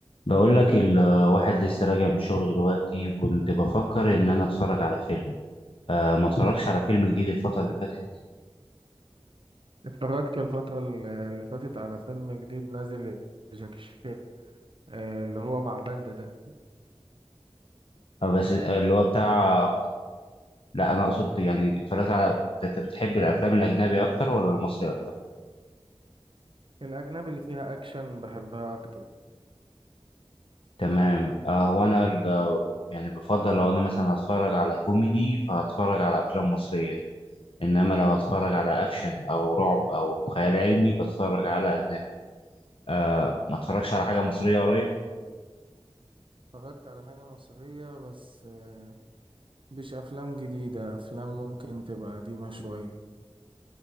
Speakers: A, on the left (about 55°); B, on the right (about 50°).
A: بقول لك الواحد لسه راجع من الشغل دلوقتي وكنت بفكر ان انا اتفرج على فيلم أه ما اتفرجش على فيلم جديد الفترة اللي فاتت
B: اتفرجت الفترة ال- اللي فاتت على فيلم جديد نازل لجاكي شان آه، اللي هو مع باندا ده
A: أه بس آه، اللي هو بتاع لا انا اقصد يعني اتفرجت على انت بتحب الافلام الاجنبي اكتر ولا المصري اكتر
B: الأجنبي اللي فيها أكشن بحبها أكتر
A: تمام أه هو انا ال- يعني بفضل لو انا مثلا هتفرج على كوميدي فهتفرج على افلام مصرية انما لو هتفرج على اكشن او رعب او خيال علمي بتفرج على اجنبي أه ما اتفرجش على حاجة مصرية قريب
B: اتفرجت على حاجة مصرية بس آه، مش أفلام جديدة أفلام ممكن تبقى قديمة شوية